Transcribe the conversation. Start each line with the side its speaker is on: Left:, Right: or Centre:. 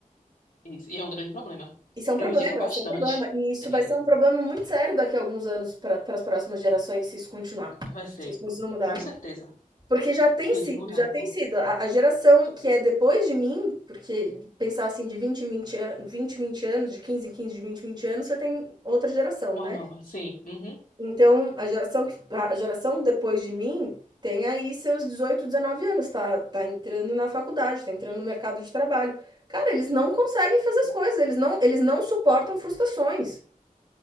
Left: Isso. E é um grande problema.
Right: Isso é um
Left: Prejudica
Right: problema,
Left: bastante.
Right: isso é um problema. E isso
Left: É,
Right: vai ser um problema muito sério daqui a alguns anos pra para as próximas gerações se isso continuar,
Left: vai ser,
Right: se as coisas não mudarem.
Left: com certeza,
Right: Porque já tem
Left: tem
Right: sido,
Left: que mudar,
Right: já tem
Left: pô.
Right: sido. A a geração que é depois de mim, porque pensar assim de 20 em 20 an 20 em 20 anos, de 15 em 15 de 20 em 20 anos, você tem outra geração,
Left: Uma
Right: né.
Left: nova. Sim, uhum,
Right: Então, a geração que a geração depois de mim tem aí seus 18 19 anos, tá tá entrando na faculdade, tá entrando no mercado de trabalho. Cara, eles não conseguem fazer as coisas, eles não eles não suportam frustrações.